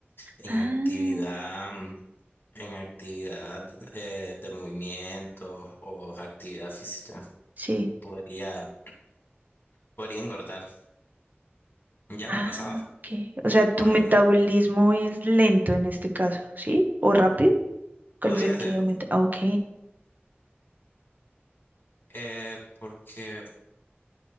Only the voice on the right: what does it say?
Ah,
sí.
Ah,
ok. O sea, tu
metabolismo es lento en este caso, ¿sí? ¿O rápido? ¿Cuál
es el que
aumenta? Ah, ok.